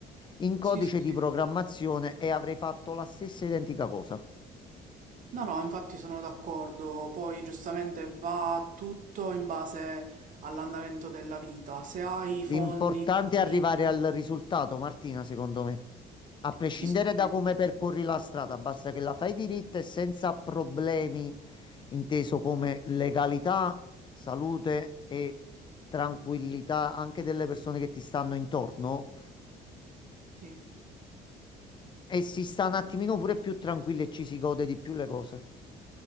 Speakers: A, on the left; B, on the right.
A: in codice
B: Sì, sì, sì.
A: di programmazione e avrei fatto la stessa identica cosa.
B: No, no, infatti sono d'accordo, poi giustamente va tutto in base all'andamento della vita, se hai i
A: L'importante
B: fondi disponibili.
A: è arrivare al risultato, Martina, secondo me. A prescindere
B: Sì, sì, sì,
A: da come percorri la strada, basta che la fai diritta e senza problemi, inteso come legalità, salute e tranquillità anche delle persone che ti stanno intorno.
B: sì.
A: E si sta un attimino pure più tranquilli e ci si gode di più le cose.